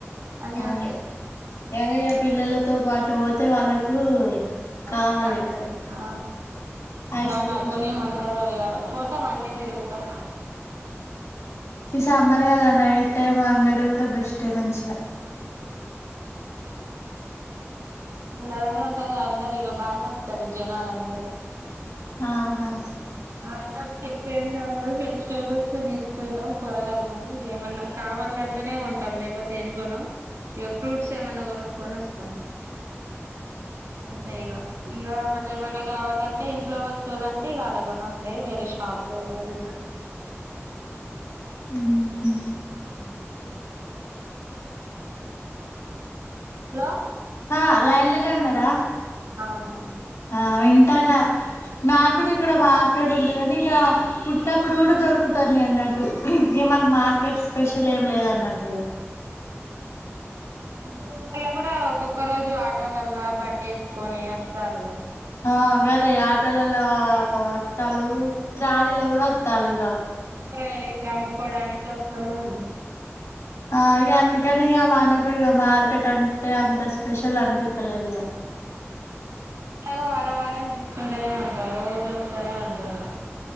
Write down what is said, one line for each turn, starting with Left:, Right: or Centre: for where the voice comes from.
Right: అన్నీ
Left: ఆ
Right: ఉంటాయి
Left: ఎద పిల్లలు తో పాటు పోతే వాళ్ళకు
Right: కొనీమంటారు
Left: కావాలి
Right: ఆ
Left: ఐస్
Right: బానా
Left: క్రీమ్ లా
Right: కొనీయమంటారు పోతాం అన్నీ తిరుగుతాం
Left: ఈ సమ్మర్ గదా నైట్ టైం అంగడి కూడా బెస్టే మంచిగా
Right: ఇలానే ఉంటది అందరు ఇక బానే వత్తారు జనాలు అందరూ
Left: ఆహా
Right: యితే ఎట్లా ఏం కావదు వెజిటేబుల్స్ తీసుకుంటాం కూరగాలు కొని ఏమన్నా కావాలంటేనే కొంటాం లేకపోతే ఏం కొన ఇగ ఫ్రూట్స్ ఏమన్నా కొనుకొని వస్తాం అంతే ఇగ ఇక మళ్ళీ ఏమన్నా కావాలంటే ఇంట్లో వస్తువులు అంటే క అడగనంలే వేరే షాప్ లో వాలది తీస్
Left: ఊహూ
Right: హలో హలో
Left: ఆ లైన్లనే ఉన్నారా
Right: అవునవును
Left: ఆ వింటాన్న మాక్కూడ ఇక్కడ మార్కెట్ ఉంటుంది కానీ ఇక వుట్టప్పుడు కూడా దొరుకుతనయి అన్నట్టు ఇక మాకు మార్కెట్ స్పెషల్ ఏమి లేదున్నట్టు ఇక
Right: బూరి ల్లా కూడా ఒక్కొక్క రోజు ఆటోలల్లా బండి వేసుకొని వస్తారుగా
Left: ఆ గదే ఆటోలలో వత్తాలు ట్రాలీలలో కూడా వత్తాలు ఇగ
Right: కూరగాయలు ఇట్లా అమ్ముకోడాని ఒక్కడే ఉన్న
Left: ఆ ఇక అందుకని ఇక మనకు ఇక మార్కెట్ అంటే అంత స్పెషల్ అనిపిత్తలేదు ఇగ
Right: ఎట్లాగా వారం వారం చూసుకుంటూనే ఉంటాం రోజూ వస్తూనే ఉం తారు